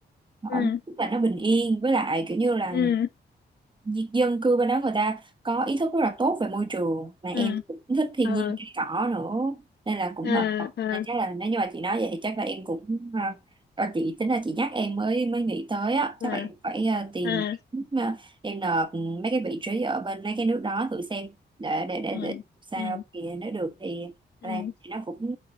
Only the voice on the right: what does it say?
họ
rất là nó bình yên với lại kiểu như là
dân cư bên đó người ta có ý thức rất là tốt về môi trường mà em
cũng thích thiên
nhiên cây cỏ nữa nên là cũng
hợp hợp.
nên chắc là nếu như mà chị nói vậy thì chắc là em cũng à, ờ, chị tính là chị nhắc em mới mới nghĩ tới á
chắc là em phải à, tìm
à, em nộp mấy cái vị trí ở bên mấy cái nước đó thử xem để để để,
để sao
thì nếu được thì
là thì nó cũng